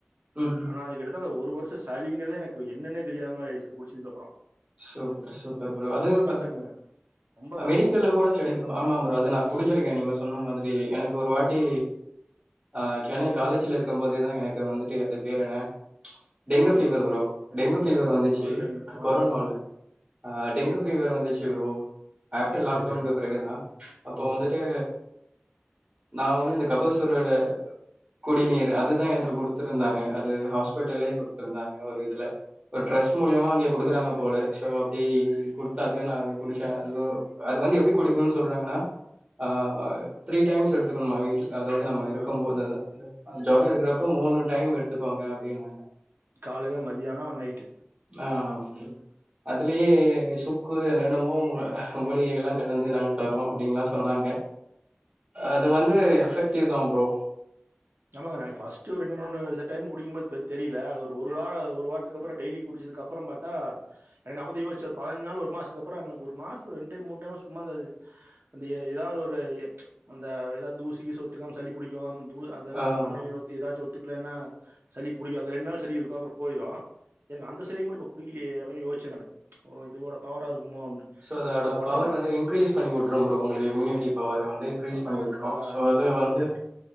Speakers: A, on the right; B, on the right.
A: ம் ம்
B: ஆனா அதுக்கிட்டத்த அந்த ஒரு வருஷ சாலிங்கிறதே எனக்கு என்னென்னே தெரியாதமார் ஆய்டுச்சு அத குடிச்சதுக் அப்பறொ
A: சூப்பர் சூப்பர் ப்ரோ அது எதுக்
B: கசக்குங்க
A: <unintelligible>
B: ரொம்ப கசக்கும்
A: மெடிக்கல்ல கூட கெடைக்கு ஆமா ப்ரோ அது நா குடிச்சிருக்கே நீங்க சொன்ன மாரி எனக்கு ஒரு வாட்டி ஆ சென்னை காலேஜ்ல இருக்கு போதுதா எனக்கு வந்துட்டு அது பேரு என்ன டெங்கு
B: கொரோனா
A: பீவர் வரு டெங்கு பீவர்
B: மூட்டு
A: வந்துச்சு
B: ஆ டெங்கு ஆ
A: கொரோனால ஆ டெங்கு பீவர் வந்துச்சு ப்ரோ ஆப்டர் லாக்டவுனுக்கு
B: சரி சரிங்க
A: பிறகுதா அப்போ
B: ஓ
A: வந்துட்டு நா வந்து இந்த கப சூறட குடிநீர் அதுதா எனக்கு குடுத்துருந்தாங்க அது ஹாஸ்பிட்டல்லயே குடுத்துருந்தாங்க ஒரு இதுல ட்ரஸ் மூலியமா அங்கேயே குடுக்குறாங்க போல சோ அப்டி குடுத்தாக நா குடிச்சே அது அது வந்து எப்டி குடிக்கணுனு சொல்றாங்கன்னா அ த்ரீ டைம்ஸ் எடுத்துக்கணுமா வீக்லி அதாது நம்ம இருக்கும்போது
B: ஆமாங்க
A: ஜொரோ இருக்கிறப்போ மூணு டைம் எடுத்துக்கோங்க அப்டினாங்க
B: காலைல மதியானோ நைட்டு
A: ஆ ஆமா ப்ரோ அதுலயே சுக்கு என்னென்னமோ மூலிகைகள்லா கலந்து நாங்க தருவோ அப்டின்லா சொன்னாங்க அது வந்து எஃபெக்டிவ் தா ப்ரோ
B: ஆமாங்க ஃபஸ்டு ரெண்டு மூனு டைம் குடிக்கும்போது தெ தெரியல அது ஒரு வார ஒரு வாரத்துக்கப்பரோ டெய்லி குடிச்சதுக்கப் அப்பறம்பாத்தா எங்கப்பதா யோஸ்ச்சார் பதினஞ் நாள் ஒரு மாசத்துக் அப்பறோ ஒரு மாசத்து ரெண் டைம் மூன் டைம் சும்மா இருந்தது அந்த எதாவ்து ஒரு அந்த எதா தூசி கிசி ஒத்துக்காம சளி புடிக்கு தூ அ
A: ஆமா
B: மண்னு கின்னு ஒத்து ஏதாச்சு ஒத்துக்கிலன்னா சளி புடிக்கு அது ரெண்டு நாள் சளி இருக்கோ அப்புற போயிரு எனக்கு அந்த சளி கூட இப்ப புடிக்கலயே அப்டின்னு யோசிச்சே நானு ஓ இதுவோட பவரா இருக்குமோன்னு
A: சோ அதோட
B: ஆனா ஒடம்
A: பவர் வந்து இன்க்ரீஸ் பண்ணி விட்டுரு ப்ரோ உங்களுக்கு இம்யூனிட்டி பவர் வந்து க்ரீஸ்
B: ஆமாமா
A: பண்ணி விட்டுறோ
B: நல்லா
A: சோ
B: நீங்க
A: அது
B: சொன்னது
A: வந்து
B: கரெக்ட்